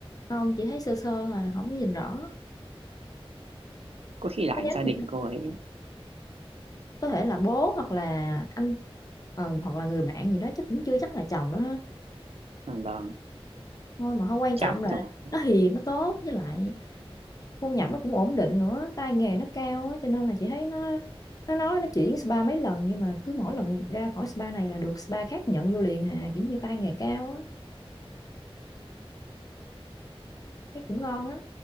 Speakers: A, on the left; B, on the right.
A: không chị thấy sơ sơ mà không có nhìn rõ
B: có khi là
A: có
B: ảnh
A: nhắn
B: gia
A: gì
B: đình
A: đâu.
B: cô ấy
A: có thể là bố hoặc là anh ờ, hoặc là người bạn gì đó chắc cũng chưa chắc là chồng đó ha
B: à, vâng
A: thôi mà không quan
B: chắc
A: trọng là
B: rồi
A: nó hiền nó tốt với lại thu nhập nó cũng ổn định nữa tay nghề nó cao á cho nên là chị thấy nó nó nói nó chuyển spa mấy lần nhưng mà cứ mỗi lần ra khỏi spa này là được spa khác nhận vô liền hà kiểu như tay nghề cao á thấy cũng ngon á